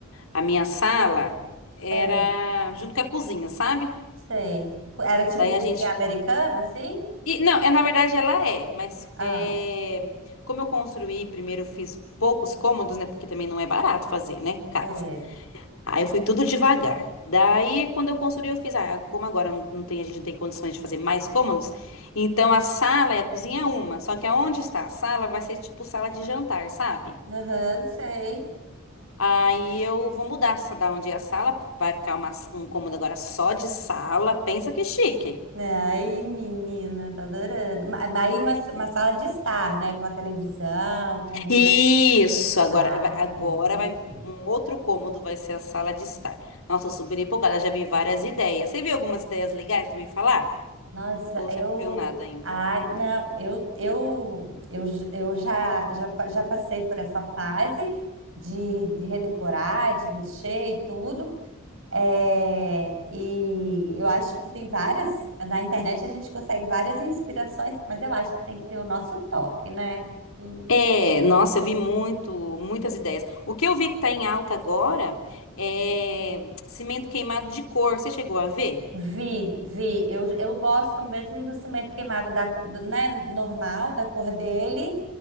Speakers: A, on the left; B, on the right.
A: a minha sala era
B: é,
A: junto com a cozinha, sabe?
B: Sei. Era tipo
A: Daí
B: cozinha
A: a gente.
B: americana, assim?
A: E, não, é, na verdade ela é, mas
B: Ah,
A: é, como eu construí, primeiro eu fiz poucos cômodos, né? Porque também não é barato fazer, né? Casa.
B: é.
A: Aí eu fui tudo devagar. Daí, quando eu construí, eu fiz, ah, como agora não não tem, a gente não tem condições de fazer mais cômodos, então a sala e a cozinha é uma, só que aonde está a sala vai ser tipo sala de jantar, sabe?
B: Aham, sei.
A: Aí eu vou mudar essa da onde é a sala, vai ficar uma, s- um cômodo agora só de sala, pensa que chique.
B: Né? Ai, menina, tô adorando. Ma- ma- Aí uma, uma sala de estar, né? Com a televisão, com um
A: Isso,
B: lugar.
A: agora,
B: Ah,
A: vai- agora
B: entendi.
A: vai, um outro cômodo vai ser a sala de estar. Nossa, eu super empolgada, já vi várias ideias. Você viu algumas ideias legais pra me falar?
B: Nossa,
A: Ou
B: eu.
A: você não viu nada ainda?
B: Ah, não, eu, eu, eu, j- eu já, já, pa- já passei por essa fase de, de redecorar, de mexer e tudo. É, e eu acho que tem várias, na internet a gente consegue várias inspirações, mas eu acho que tem que ter o nosso toque, né? Hum,
A: É, nossa, eu vi muito, muitas ideias. O que eu vi que tá em alta agora é cimento queimado de cor. Você chegou a ver?
B: Vi, vi, eu, eu gosto mesmo do cimento queimado da, do- né, normal, da cor dele,